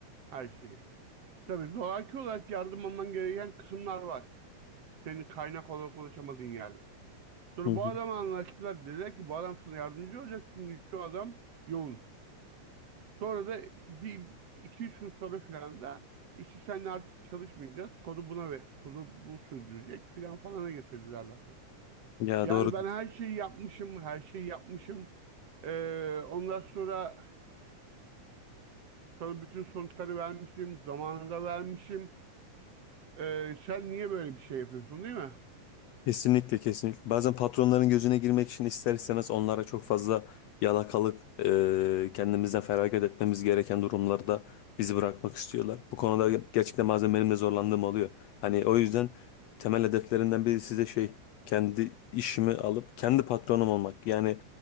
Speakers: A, on the right; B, on the left.
A: Her şeyi. Tabii zoraki olarak yardım alman gereken kısımlar var. Senin kaynak olarak ulaşamadığın yerde. Sonra
B: Hı hı.
A: bu adamla anlaştılar. Dediler ki bu adam sana yardımcı olacak çünkü şu adam yoğun. Sonra da bir iki üç gün sonra filan da işte seninle artık çalışmayacağız. Kodu buna ve kodu bu sürdürecek filan falana getirdiler lafı.
B: Ya
A: Yani
B: doğru.
A: ben her şeyi yapmışım, her şeyi yapmışım. Ee, ondan sonra sana bütün sonuçları vermişim, zamanında vermişim. Ee, sen niye böyle bir şey yapıyorsun değil mi?
B: Kesinlikle kesinlikle. Bazen patronların gözüne girmek için ister istemez onlara çok fazla yalakalık, e, kendimizden feragat etmemiz gereken durumlarda bizi bırakmak istiyorlar. Bu konuda gerçekten bazen benim de zorlandığım oluyor. Hani o yüzden temel hedeflerinden biri size şey, kendi işimi alıp kendi patronum olmak. Yani